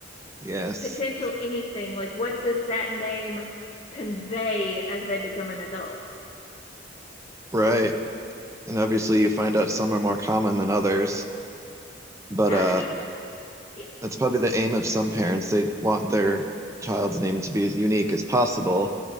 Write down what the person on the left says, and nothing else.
potential anything. Like, what does that name convey as they become an adult?
Yeah,
I mean, like, it,